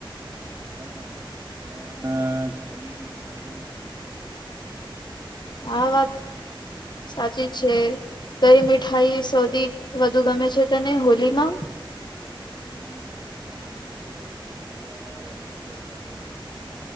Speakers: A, on the right (about 25°); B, on the left (about 55°).
A: હા હ ઘણી મીઠાઈઓ ગમે છે
B: હા વાત સાચી છે કઈ મીઠાઈ સૌથી વધુ ગમે છે તને હોલીમાં
A: હમ હોલીમાં મને તો ગુજિયા રમે છે જાદુ